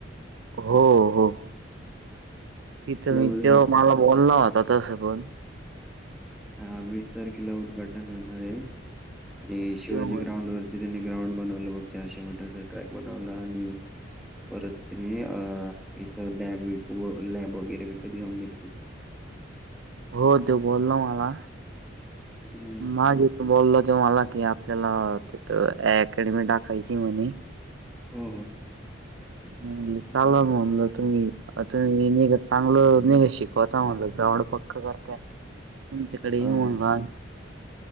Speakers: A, on the right; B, in the centre.
A: हो हो. तिथं
B: तिथलं
A: मी
B: उद्घाटन
A: तो मला बोलला होता तसं पण
B: हा वीस तारखेला उद्घाटन होणार ये आणि शिवाजी
A: तेव्हा
B: ग्राउंड वर. ते त्यांनी ग्राउंड बनवला बघ चारशे मीटरचा ट्रॅक बनवला आणि परत हे अ एक लॅब वी लॅब वगैरे विकत घेऊन घेतली.
A: हो त्यो बोलला मला
B: हम्म.
A: माझे बोलल त्यो मला कि आपल्याला तिथ अकॅडमी टाकायची ये म्हणे.
B: हो हो.
A: मी म्हणलं चालणार म्हणलं तुम्ही आता मी लगेच. चांगलं बिंगलं शिकवता म्हणलं ग्राउड पक्क करत्या तुमच्याकडे
B: हा.
A: येऊ म्हणल आम्ही.